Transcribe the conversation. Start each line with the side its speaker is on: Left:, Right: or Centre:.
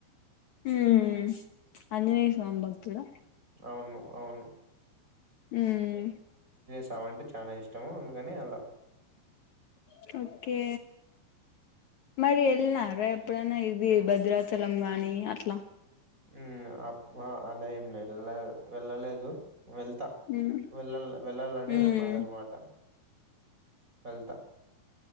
Left: ఉమ్ ఆంజనేయస్వామి భక్తుడా
Right: అవును, అవును.
Left: ఉమ్
Right: ఆమె అంటే చాలా ఇష్టం. అందుకని అలా.
Left: అగ్ ఓకే, మరి వెళ్ళినారా ఎప్పుడైనా ఇది భద్రాచలం కా నీ అట్లా.
Right: ఉమ్ అలా ఏం ఏళ్ళలేదు. వెళ్ళలేదు వెళ్తా
Left: మ్మ్
Right: వెళ్ళ వెళ్ళాలని
Left: మ్మ్
Right: ఉన్నదన్నమాట. వెళ్తా.